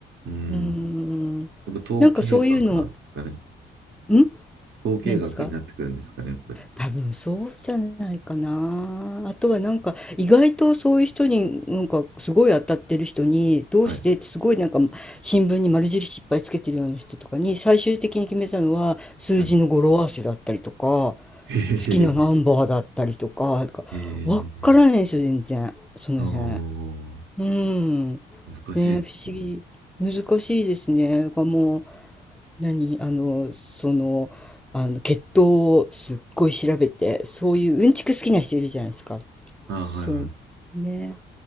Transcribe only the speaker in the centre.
うん。
なんかそういうの、ん
何ですか
多分そうじゃないかな。あとはなんか意外とそういう人になんかすごい当たってる人にどうしてってすごいなんか新聞に丸印いっぱいつけてるような人とかに最終的に決めたのは数字の語呂合わせだったりとか好
きなナンバーだったりとか、なんかわからないんですよ全然その辺。
うん。ね
不思議。難しいですね。がもう何あのその、あの血糖をすっごい調べてそういううんちく好きな人いるじゃないですか
そうね